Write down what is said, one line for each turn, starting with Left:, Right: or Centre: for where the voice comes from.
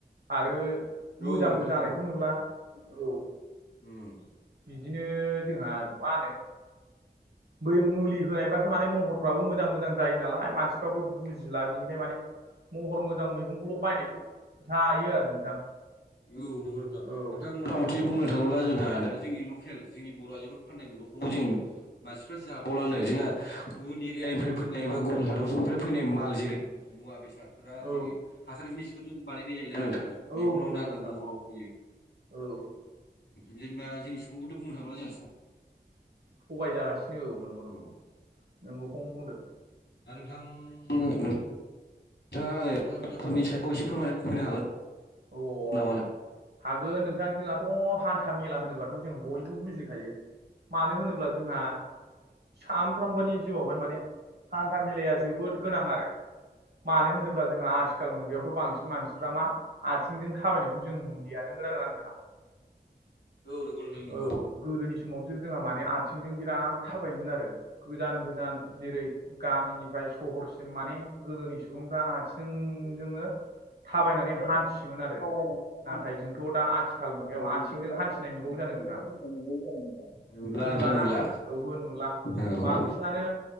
Right: आरो
Left: औ
Right: मोजांबो
Left: नोंथां
Right: जानायखौ
Left: औ
Right: नुला औ
Left: उम
Right: बिदिनो जोंहा मा होनो बै मुलि होनायफ्रा माने महरफ्राबो मोजां मोजां जायो नालाय मानसिफ्राबो बुजिला बिनिखाय माने महर मोजां मैगंखौल' बायनायखौ जायो आरो नोंथां
Left: औ नंगौ नोंथां-नोंथां
Right: औ
Left: मुथा मुथि बुंनो थाङोब्ला जोंहा दा जोंनि खेल जोंनि बर' आइजोफोर फाननाय मैगंफोरखौ जों मानसिफ्रा जाबावलानो जोंहा गुबुन एरियानिफ्राय फैनाय एबा गुबुन हादरफोरनिफ्राय फैनाय माल जेरै मुवा बेसाद फोरा
Right: औ
Left: जेरै हासार जिनिसफोरजों बानायनाय जायोना नोंथां
Right: औ
Left: मेगनाव
Right: नंगौ नंगौ
Left: नाङो
Right: नोंथां
Left: महराव फैयो
Right: औ
Left: जेनेबा जोंनि सुबुंखौथ' बुंनो थाङोब्ला जोंहा सुबुं
Right: थगायजागासिनो औ नंगौ-नंगौ
Left: दा
Right: नंगौखौनो बुंदों
Left: दा नोंथां नोंथाङा हान्था मेलाफोरनि सायाव एसे फोरमायनानै होनो हागोन
Right: औ अ
Left: नामा नोंथां
Right: हागोन नोंथांजोंहाथ' हान्था मेला होनोबाथ' जों बयबो बुजिखायो मानो होनोब्ला जोंहा सानफ्रोमबोनि जिउआवहाय माने हान्था मेलाया जोबोद गोनां आरो मानो होनोब्ला जोंहा आथिखाल मुगायावथ' बां मानसिफ्रा मा आथिंजों थाबायनायखौ जों नुुलियानो नंगौना नङा नोंथां
Left: औ नंगौ नोंथां नंगौ
Right: औ गोदोनि समावसो जोंहा माने आथिंजों बिराद थाबायोमोन आरो गोजान गोजान जेरै गामिनि ओमफ्राय सहरसिम माने गोदोनि सुबुंफ्रा आथिंजोंनो थाबायनानै
Left: जोंनो
Right: हान्थियोमोन आरो
Left: थाबायनाय
Right: नाथाय
Left: हान्था
Right: जोंथ' दा आथिखाल
Left: नाथाय
Right: मुगायाव
Left: जोंथ'
Right: आथिंजों
Left: दा
Right: हान्थिनाय
Left: आथिंजों
Right: नुबावो जानो नोंथां
Left: हान्थिनाय नुलायै जानाय नोंथां। नुला
Right: नुलाना
Left: नोंथां नुला
Right: औ नुला
Left: औ।
Right: बांसिनानो